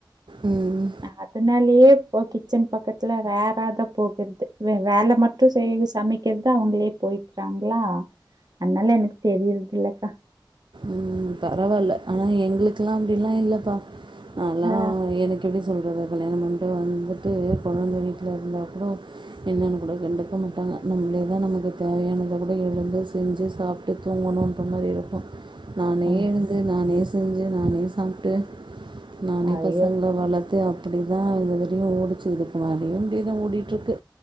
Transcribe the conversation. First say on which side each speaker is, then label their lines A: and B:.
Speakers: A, on the right (about 70°); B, on the right (about 55°).
A: ம்
B: அதனாலயே இப்போ கிச்சன் பக்கத்துல வேற தா போகுது வேலை மட் டு செய் சமைக்கிறதுத அவங்களே போய்க்கிறாங்களா அனால எனக்கு தெரியறதுலக்கா
A: ம் பரவாயில்ல ஆனா எங்களுக்கெல்லா அப்டிலா இல்லப்பா நல்லா
B: ஆ,
A: எனக்கு எப்டி சொல்றது கல்யாணம் பண்ணிட்டு வந்துட்டு கொழந்தை வீட்ல இருந்தா கூட என்னன்னு கூட கண்டுக்க மாட்டாங்க நம்மளே தா நமக்கு தேவையானதை கூட எழுந்து செஞ்சு சாப்பிட்டு தூங்கணுன்ற மாரி இருக்கு நானே
B: ஆ,
A: எழுந்து நானே செஞ்சு நானே சாப்ட்டு நான
B: ஐயோ!
A: பசங்களை வளத்து அ அப்டி தா இது வரைக்கு ஓடிச்சு இதுக்குமேலயு இப்டியே தா ஓடிட்டுருக்கு